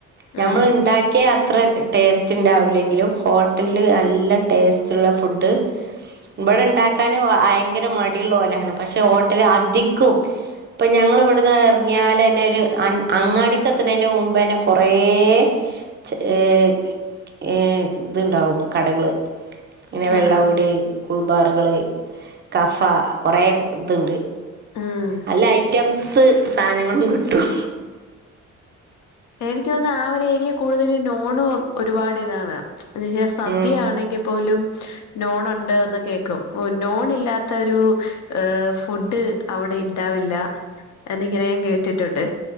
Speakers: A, on the right (about 35°); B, on the left (about 75°).
A: ഞമ്മൾ
B: ഉം
A: ഉണ്ടാക്ക് ക്കിയ അത്ര ടേസ്റ്റ് ഉണ്ടാവൂല്ലെങ്കിലും ഹോട്ടലില് നല്ല ടേസ്റ്റ്ള്ള ഫുഡ് ഇവിടെ ഉണ്ടാക്കാൻ ഭയങ്കര മടിയുള്ള പോലെയാണ് പക്ഷെ ഹോട്ടല് അധികവും- ഇപ്പം ഞങ്ങളി ഇവിടുന്ന് എറങ്ങിയാല്ന്നെ ഒരു അങ്ങാടിക്കത്തുന്നതിൻ്റെ മുമ്പ്ന്നെ കുറേ- ചെറിയേഏഹ് ഇതുണ്ടാവും കടകള് ഇങ്ങനെ വെള്ളംകുടി
B: ആഹാ
A: കുൾബാറുകള് കഫ കൊറേ ഇതുണ്ട്
B: ആഹ്
A: നല്ല ഐറ്റംസ് സാധനങ്ങളും കിട്ടും
B: എനിക്ക് തോന്ന് ആ ഒരു ഏരിയ കൂടുതലും നോണും ഒരുപാട് ഇതാണ് എന്ന വച്ചാ സദ്യയാണെങ്കി
A: ഉം
B: പോലും നോണൊണ്ട്ന്ന് കേക്കും നോണില്ലാത്തൊരു- ഏഹ് ഫുഡ് അവിടെ ഉണ്ടാവില്ല എന്നിങ്ങനെ ഞാൻ കേട്ടിട്ടുണ്ട്